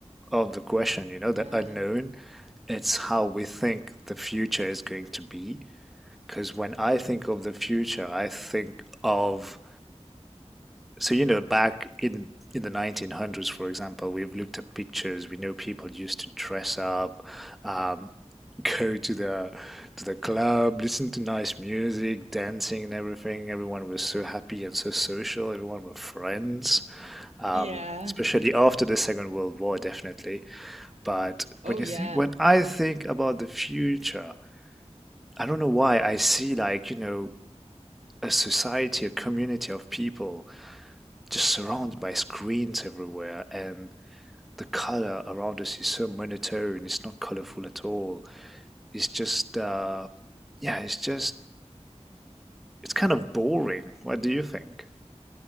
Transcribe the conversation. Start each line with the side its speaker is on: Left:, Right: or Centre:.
Centre: of the question, you know,
Right: Yeah.
Centre: the unknown. It's how we think the future is going to be. Because when I think of the future, I think of, so, you know, back in in the 1900s, for example, we've looked at pictures. We know people used to dress up, um, <laughs> go to the to the club, listen to nice music, dancing and everything. Everyone was so happy and so social. Everyone were friends, um,
Right: Yeah.
Centre: especially after the Second World War, definitely. But
Right: Oh,
Centre: when you
Right: yeah.
Centre: think, when I think about the future, I don't know why I see like, you know, a society, a community of people just surrounded by screens everywhere, and the color around us is so monotone. It's not colorful at all. It's just, uh, yeah, it's just, it's kind of boring. What do you think?